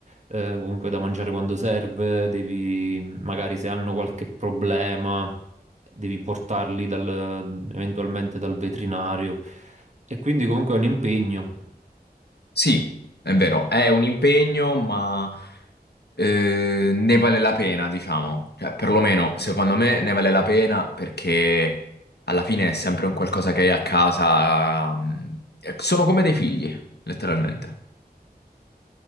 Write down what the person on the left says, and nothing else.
Sì, è vero, è un impegno, ma eh, ne vale la pena, diciamo. Cioè, perlomeno, secondo me, ne vale la pena perché alla fine è sempre un qualcosa che hai a casa. mm, eh, Sono come dei figli, letteralmente.